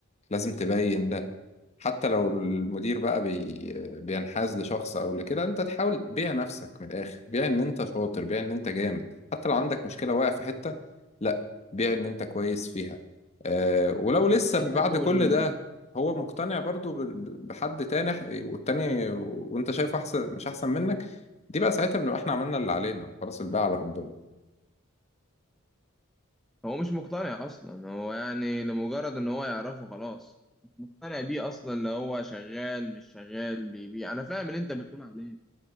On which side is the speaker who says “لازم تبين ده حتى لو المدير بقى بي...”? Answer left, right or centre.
Left